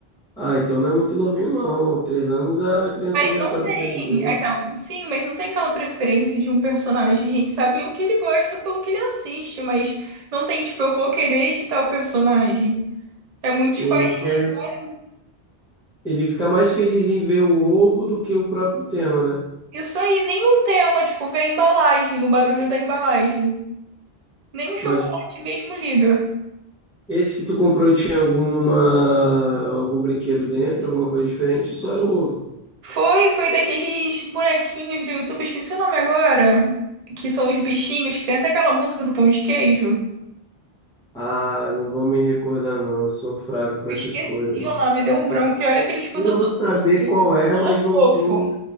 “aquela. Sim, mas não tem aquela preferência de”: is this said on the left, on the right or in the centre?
Right